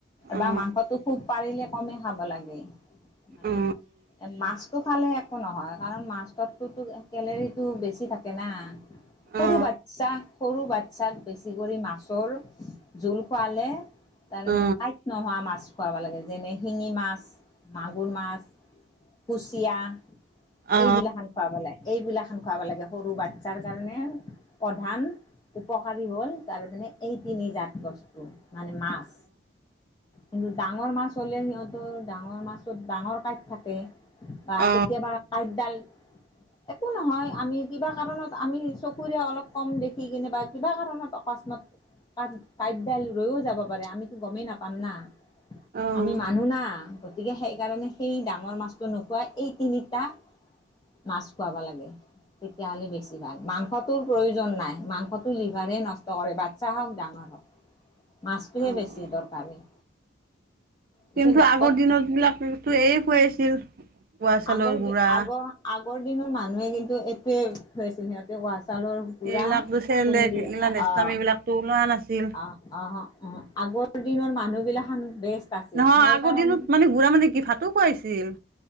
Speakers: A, on the left; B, on the right.
A: বা
B: অ
A: মাংসটো খুব পাৰিলে কমে খাব লাগে। মানে
B: অ
A: এ মাছটো খালে এক কো নহয়, কাৰণ মাছ তাততোতো কেলেৰীটো বেছি থাকে না সৰু
B: অ অ
A: বাচ্ছাক, সৰু বাচ্ছাক বেছি কৰি মাছৰ জোল খোৱালে তাৰ মানে
B: অ
A: কাঁইট নোহোৱা মাছ মাছ খোৱাব লাগে, যেনে শিঙি মাছ, মাগুৰ মাছ, কুচিয়া
B: অ অ অ
A: এইবিলাখন খুৱাব লাগে, এইবিলাখন খুৱাব লাগে সৰু বাচ্ছাৰ কাৰণে প্ৰধান উপকাৰী হ'ল তাৰ মানে এই তিনি জাত বস্তু, মানে মাছ। কিন্তু ডাঙৰ মাছ হ'লে সিহঁতৰ ডাঙৰ মাছত, ডাঙৰ কাঁইত থাকে বা
B: অ অ
A: কেতিয়াবা কাঁইটডাল একো নহয়, আমি কিবা কাৰণত আমি চকুৰে অলপ কম দেখি কেনে বা কিবা কাৰণত অকস্মাত কাঁট কাঁইট ডাল ৰৈও যাব পাৰে, আমিতো গমেই নাপ পাম না,
B: অ
A: আমি মানু্হ না গতিকে সেইকাৰণে সেই ডাঙৰ মাছটো নোখোৱাই এই তিনিটা মাছ খোৱাব লাগে। তেতিয়াহ'লে বেছি ভাল। মাংসটোৰ প্ৰয়োজন নাই, মাংসটো লিভাৰেই নষ্ট কৰে, বাচ্ছা হওক, ডাঙৰ হওক। মাছটোহে
B: অ
A: বেছি
B: অ
A: দৰকাৰী। পিছে
B: কিন্তু
A: ডক্তৰ
B: আগৰ দিনত বিলাকতো এই খুৱাইছিল, উহা চাউলৰ
A: আগৰ দি
B: গুৰা
A: আগৰ আগৰ দিনৰ মানুহে কিন্তু এইটোৱে খুৱাই ছিল, সিহঁতে উহা চাউলৰ গুৰা
B: এইবিলাকতো চেৰেলেক,
A: খুন্দি
B: এইবিলাক
A: অ'
B: নেষ্টাম,
A: অ'
B: এইবিলাক ওলোৱা নাছিল।
A: অ, অহ, অহ, আগৰ দিনৰ মানুহ বিলাকখন বেষ্ট। আছিল
B: নহয়
A: সেইকাৰণে
B: আগৰ দিনত মানে গুৰা মানে কি, ভাতো খুৱাইছিল।